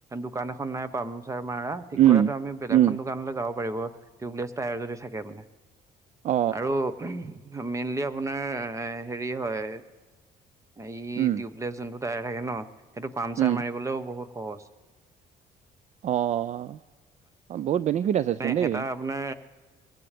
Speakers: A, on the right; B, on the right.
A: দোকান এখন নাই পাম চাৰ মাৰা ঠিক
B: উম,
A: কৰা তো আমি বেলেগখন
B: উম।
A: দোকানলৈ যাব পাৰিব টিউবলেছ টায়াৰ যদি থাকে মানে।
B: অ,
A: আৰু মেইনলি আপোনাৰ হেৰি হয়। এই
B: উম,
A: টিউবলেছ যোনটো টায়াৰ থাকে ন সেইটো পামচাৰ
B: উম।
A: মাৰিবলেও বহুত সহজ।
B: অ', বহুত বেনিফিট আছে চোন
A: মানে
B: দেই।
A: এটা আপোনাৰ